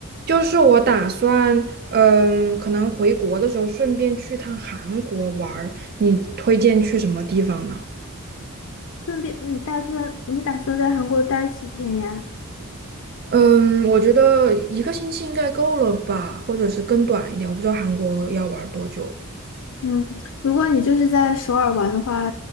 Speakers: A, on the right (about 45°); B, on the left (about 70°).
A: 就是我打算，嗯，可能回国的时候顺便去趟韩国玩儿。你推荐去什么地方呢？
B: 顺便，你打算你打算在韩国待几天呀？
A: 嗯，我觉得一个星期应该够了吧，或者是更短一点。我不知道韩国要玩儿多久，
B: 嗯，如果你就是在首尔玩的话，